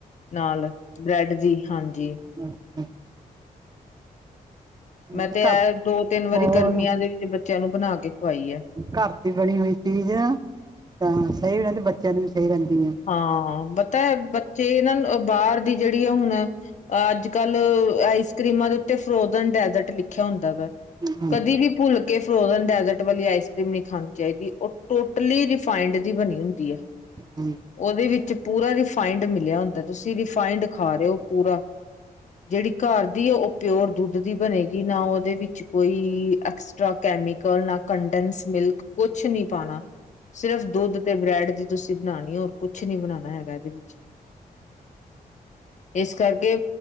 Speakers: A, on the left (about 50°); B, on the right (about 25°).
A: ਨਾਲ ਬ੍ਰੈਡ ਦੀ, ਹਾਂਜੀ।
B: ਹੂ ਹੂ
A: ਮੈਂ
B: ਅੱਛਾ
A: ਤੇ ਇਹ, ਦੋ ਤਿੰਨ ਵਾਰੀ
B: ਹੋਰ
A: ਗਰਮੀਆਂ ਦੇ ਵਿੱਚ ਬੱਚਿਆਂ ਨੂੰ ਬਣਾ ਕੇ। ਖਵਾਈ ਹੈ
B: ਘਰ ਦੀ ਬਣੀ ਹੋਈ ਚੀਜ਼, ਤਾਂ ਸਹੀ ਰਹਿੰਦੀ, ਬੱਚਿਆਂ ਨੂੰ ਵੀ ਸਹੀ ਰਹਿੰਦੀ ਹੈ।
A: ਹਾਂ ਪਤਾ, ਬੱਚੇ ਇਹਨਾਂ ਨੂੰ ਬਾਹਰ ਦੀ ਜਿਹੜੀ ਆ ਹੁਣ, ਅੱਜ ਕੱਲ ਆਈਸ ਕਰ੍ਰੀਮਾਂ ਦੇ ਉੱਤੇ ਫਰੋਜਨ ਡੈਜ਼ਰਟ ਲਿਖ ਲਿਖਿਆ ਹੁੰਦਾ ਵੈ,
B: ਹਾਂਜੀ
A: ਕਦੀ ਵੀ ਭੁੱਲ ਕੇ ਫਰੋਜਨ ਡੈਜ਼ਰਟ ਵਾਲੀ ਆਈਸ ਕਰ੍ਰੀਮ ਨੀ ਖਾਣੀ ਚਾਹੀਦੀ, ਉਹ ਟੋਟਲੀ ਰਿਫਾਈਨਡ ਦੀ ਬਣੀ ਹੁੰਦੀ ਹੈ।
B: ਹੂ
A: ਉਹਦੇ ਵਿੱਚ ਪੂਰਾ ਰਿਫਾਇੰਡ ਮਿਲਿਆ ਹੁੰਦਾ, ਤੁਸੀਂ ਰਿਫਾਇੰਡ ਖਾ ਰਹੇ ਹੋ ਪੂਰਾ। ਜਿਹੜੀ ਘਰ ਦੀ ਆ, ਉਹ ਪਿਓਰ ਦੁੱਧ ਦੀ ਬਣੇਗੀ, ਨਾ ਉਹਦੇ ਵਿੱਚ ਕੋਈ ਐਕਸ ਕੈਮੀਕਲ, ਨਾ ਕੰਡੈਂਸ ਮਿਲਕ, ਕੁਛ ਨਹੀਂ ਪਾਉਣਾ। ਸਿਰਫ਼ ਦੁੱਧ ਤੇ ਬ੍ਰੈਡ ਦੀ ਤੁਸੀਂ ਬਣਾਉਣੀ ਹੋ, ਹੋਰ ਕੁਛ ਨਹੀਂ ਬਣਾਉਣਾ ਹੈਗਾ, ਇਹਦੇ ਵਿੱਚ। ਇਸ ਕਰਕੇ